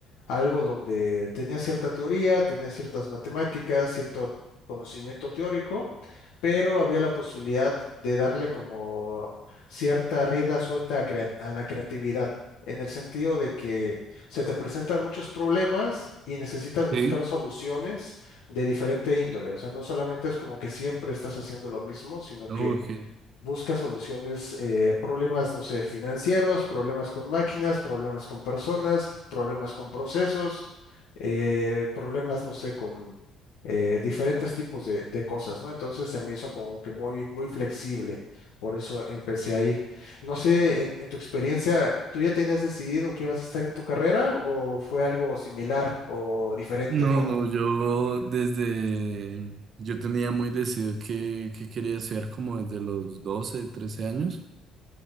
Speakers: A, on the left; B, on the right.
A: algo donde tenía cierta teoría, tenía ciertas matemáticas, cierto conocimiento teórico, pero había la posibilidad de darle como cierta rienda suelta a crea- a la creatividad, en el sentido de que se te presentan muchos problemas y necesitas buscar
B: sí.
A: soluciones de diferente índole. O sea, no solamente es como que siempre estás haciendo lo mismo, sino
B: Ok.
A: que Busca soluciones, eh, problemas, no sé, financieros, problemas con máquinas, problemas con personas, problemas con procesos, eh, problemas, no sé, con eh, diferentes tipos de, de cosas, ¿no? Entonces se me hizo como que muy, muy flexible, por eso empecé ahí. No sé, en, en tu experiencia, ¿tú ya tenías decidido que ibas a estar en tu carrera o fue algo similar o diferente?
B: No,
A: ¿Cómo?
B: no, yo desde, yo tenía muy decidido que, que quería estudiar como desde los 12, 13 años,